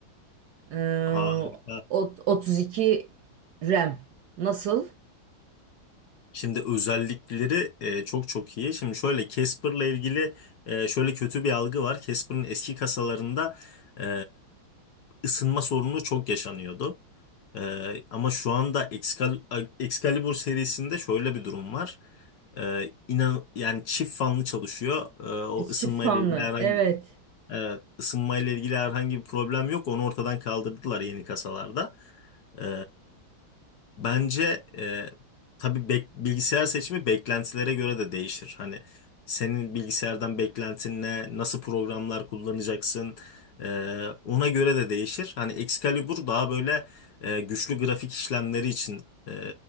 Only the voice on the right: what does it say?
eee,
ot- 32 RAM. Nasıl?
E, Çift
fanlı.
Evet.